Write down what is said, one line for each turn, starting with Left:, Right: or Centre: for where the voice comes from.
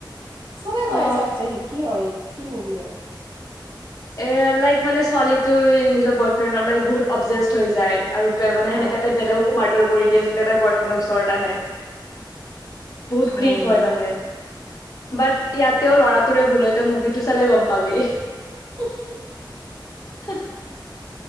Right: চবে কয়
Left: অ
Right: আছে অবজেকছন কি হয় কি মুভি হয়।
Left: এ লাইক মানে ছোৱালীটো নিজৰ বয়ফ্ৰেণ্ডত লাইক বহুত অবজেষ্ট হৈ যায় আৰু সেনেকুৱা
Right: অ
Left: কৈ তাই বেলেকো মাৰে কৰি দিয়ে যোনে তাই বয়ফ্ৰেণ্ডৰ ওচৰত আহে বহুত
Right: ভাই
Left: ক্ৰীপ হয় মানে বাট ইয়াতেও লৰাটোৰে ভুল হয় ত মুভিটো চালে গম পাবি।
Right: হো হো
Left: হা